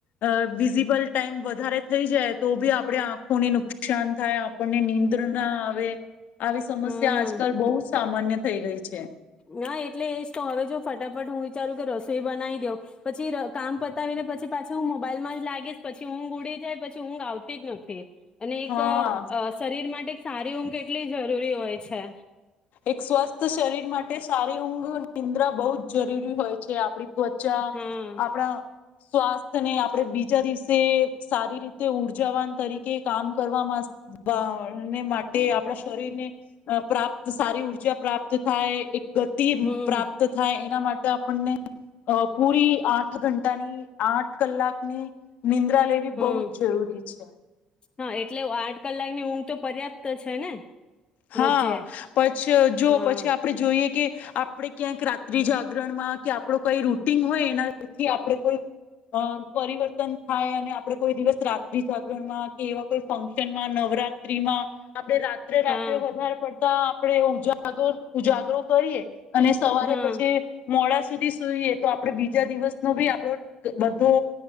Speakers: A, on the left (about 65°); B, on the left (about 35°).
A: અ વિઝિબલ ટાઈમ વધારે થઈ જાય તો બી આપણે આંખોને નુકસાન થાય આપણને નિનીંદ્ર ના આવે. આવી સમસ્યા
B: હમ
A: ત્યા આજકાલ બહુ સામાન્ય થઈ ગઈ છે.
B: ના એટલે એજ તો હવે જો ફટાફટ હું વિચારું કે રસો બનાવી દ પછી કામ પતાવીને પછી પાછી હું મોબાઈલમાં જ લાગીશ પછી ઊંઘ ઉડી જાય પછી ઊંઘ આવતી જ નથી અને એક
A: હા
B: શરીર માટે સારી ઊઘ કેટલી જરૂરી હોય છે.
A: એક સ્વસ્થ શરીર માટે માટે સારી ઊંઘ નિદ્રા બહુ જ જરૂરી હોય છે આપણી ત્વચા
B: હા
A: આપણા સ્વાસ્થ્ય ને આપડે બીજા દિવસે તે સારી રીતે ઉર્જાવાન તરીકે કામ કરવાને માટે આપણા શરીરને પ્રાપત તો સારી ઉ ઉજા પ્રાપ્ત થાય એક ગતિ
B: હમ
A: પ્રાપ્ત થાય એના માટે આપણને અ પૂરી આઠ ઘંટાની આઠ કલાકની નિંદ્રા લેવી
B: હમ
A: બહુ જ જરૂરી છે.
B: હા એટલે આઠ કલાકની ઊંઘ તો પર્યાપ્ત છે ને
A: હા
B: રોજે
A: પછી જો
B: હા
A: પછી આપણે જોઈએ કે આપણે ક્યાંક રાત્રિ જાગરણ માં કે આપડો કઈ રૂટીન હોય એનાથી આપણે કોઈ અ પરિવર્તન થાય અને આપડ કોઈ દિવસ રાત્રિ જાગરણ માં, કે એવા કોઈ ફંક્શનમાં, નવરાત્રીમાં આપણે રાત્રે રાત્ર
B: હા
A: વધારે પડતા આપણેે ઉજાગર ઉજાગરો કરીએ અને સવારે
B: હા
A: પછી મોડા સુ સુધી સુઈએ તો આપડ બીજા દિવસનો બી આપડો બધો